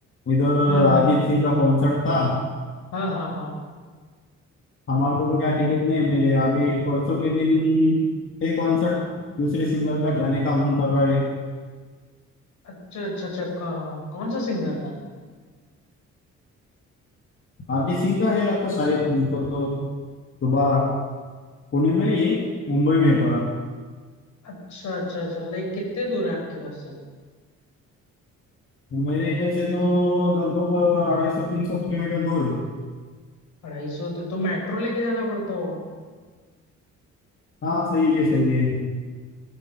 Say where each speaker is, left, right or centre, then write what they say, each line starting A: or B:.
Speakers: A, on the left; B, on the left.
A: इधर
B: हाँ हाँ
A: अरिजीत सिंह का कॉन्सर्ट था
B: हाँ हाँ हाँ
A: हमारे को तो क्या टिकट नहीं मिले अभी परसों के दिन ये कॉन्सर्ट दूसरे सिंगर का जाने का मन कर रहा है
B: अच्छा अच्छा अच्छा का- कौन सा सिंगर का
A: आरके सिंह का है लगता शायद नहीं तो, तो दोबारा पुणे में ये मुंबई में पड़ा
B: अच्छा अच्छा अच्छा लाइक कितने दूर है आपके घर से
A: मुंबई में इधर से तो लगभग अढ़ाई सौ तीन सौ किलोमीटर दूर है
B: अढ़ाई सौ तो, तो मेट्रो लेके जाना पड़ता होगा
A: हाँ सही है सही है